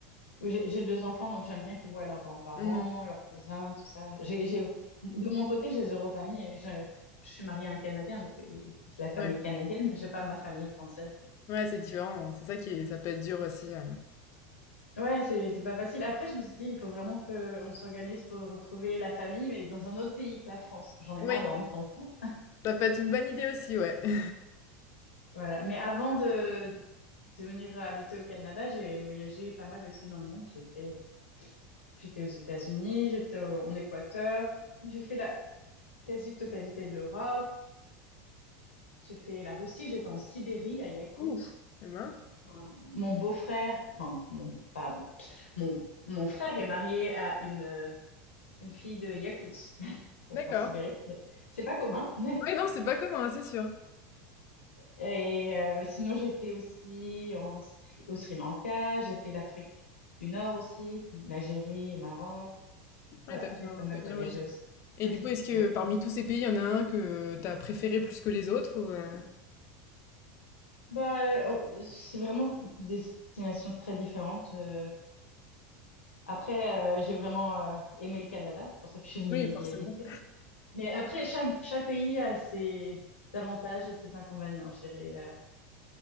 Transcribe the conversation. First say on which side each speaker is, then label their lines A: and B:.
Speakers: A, on the left (about 85°); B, on the left (about 45°).
A: j'ai j'ai deux enfants, donc j'aime bien qu'ils voient leurs grands-parents,
B: mmh,
A: leurs cousins, tout ça. J'ai, j'ai- de mon côté, j'ai zéro famille. Je, je suis mariée à un Canadien, donc euh, j'ai la famille
B: ouais.
A: canadienne, mais j'ai pas ma famille française.
B: Ouais, c'est différent, hein. c'est ça qui est ça peut être dur aussi, heu
A: Ouais, c'est c'est pas facile. Après, je me suis dit, il faut vraiment qu'on s'organise pour retrouver la famille, mais dans un autre pays que la France. J'en ai
B: oui,
A: marre de rentrer en France.
B: ça peut être une bonne idée aussi, ouais. <laughs>
A: Voilà. Mais avant de, de venir habiter au Canada, j'ai voyagé pas mal aussi dans le monde. J'étais j'étais aux États-Unis, j'étais au- en Équateur, j'ai fait la quasi-totalité de l'Europe, j'ai fait la Russie, j'étais en Sibérie, à Yakoutsk.
B: Ouf! Et ben,
A: Mon, mon beau-frère, enfin, mon, pardon, mon, mon frère est marié à une une fille de Yakoutsk, <laughs> donc
B: d'accord.
A: en Sibérie. C'est pas commun. <laughs>
B: Oui, non, c'est pas commun, hein, c'est sûr.
A: Et euh, sinon, j'étais aussi en Sri- au Sri Lanka, j'ai fait l'Afrique du Nord aussi, l'Algérie et Maroc.
B: Ouais,
A: Voilà,
B: t'as bien
A: j'ai pas mal
B: t'as bien
A: voyagé
B: voyagé.
A: aussi.
B: Et
A: <laughs>
B: du coup, est-ce que
A: Ouais.
B: parmi tous ces pays, il y en a un que t'as préféré plus que les autres ou, heu?
A: Bah, euh, c'est vraiment des destinations très différentes. euh. Après, euh, j'ai vraiment euh, aimé le Canada, c'est pour ça que je suis venue
B: Oui,
A: y
B: forcément.
A: habiter. Mais après, chaque, chaque pays a ses avantages et ses inconvénients, je dirais.